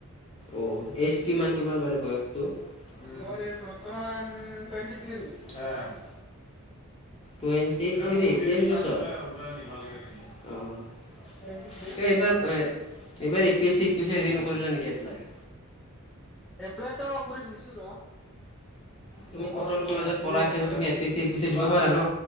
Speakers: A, on the left (about 25°); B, in the centre.
A: অঁ এইজ কিমান তোমাৰ মানে বয়সটো? <inaudible> উম
B: মোৰ
A: বৰ্ত্তমান
B: এজ বৰ্তমান
A: তুৱেনতি
B: টুৱেণ্টি
A: থ্ৰী হৈ আছে <unintelligible> টুৱেটি থ্ৰী তেইজ বছৰ
B: উম
A: অ <unintelligible>
B: টুৱেণ্টি থ্ৰী
A: এইবাৰ <unintelligible> এইবাৰ এপিএছছি, ইউপিএছছি হেৰি নকৰিলা নেকি এপলাই?
B: এপ্লাইটো কৰি থৈছো ৰ <unintelligible>
A: তুমি কটন কলেজত পঢ়া হিচাপে তুমি এপিএছচি, ইপিএছচি দিব পাৰা ন?